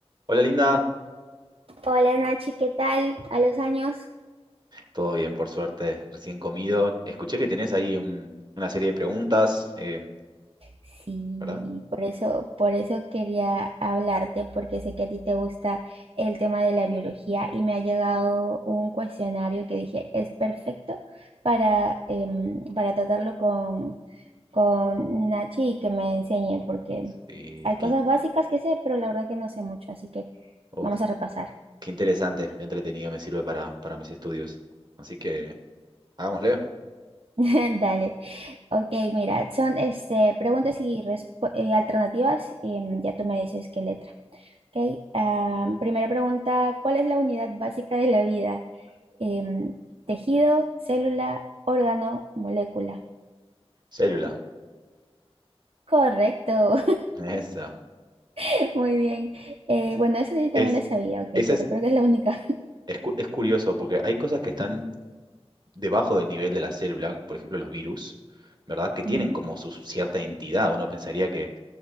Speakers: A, on the right (about 45°); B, on the right (about 60°).
A: Hola Linda,
B: Hola Nachi, ¿qué tal? A los años.
A: todo bien por suerte, recién comido. Escuché que tenés ahí un- una serie de preguntas, eh,
B: Sí,
A: ¿verdad?
B: por eso, por eso quería hablarte, porque sé que a ti te gusta el tema de la biología y me ha llegado un cuestionario que dije es perfecto para, em, para tratarlo con, con Nachi y que me enseñe, porque
A: Y
B: hay
A: qué,
B: cosas básicas que sé, pero la verdad que no sé mucho, así que
A: uf,
B: vamos a repasar.
A: qué interesante, qué entretenido me sirve para, para mis estudios. Así que hagámosle.
B: <laughs> Dale. Ok, mira, son este, preguntas y resp- eh, alternativas. y, mm, ya tú me dices qué letra. Ok, ah, primera pregunta, ¿cuál es la unidad básica de la vida? Em, tejido, célula, órgano, molécula.
A: Célula,
B: Correcto,
A: <laughs> esa.
B: <laughs> muy bien. Eh, bueno, esa yo también
A: Es,
B: la sabía, ok,
A: esa
B: pero
A: es,
B: creo que es la única.
A: es, cu- es curioso porque hay cosas que están debajo del nivel de la célula, por ejemplo los virus, ¿verdad? Que tienen
B: Mm,
A: como su cierta entidad. Uno pensaría que,